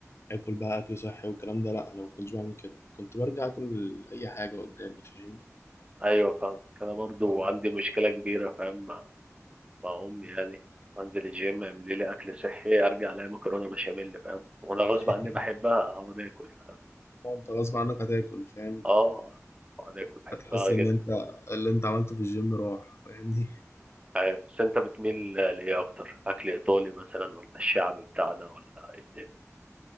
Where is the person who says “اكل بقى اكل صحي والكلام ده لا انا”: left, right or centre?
Left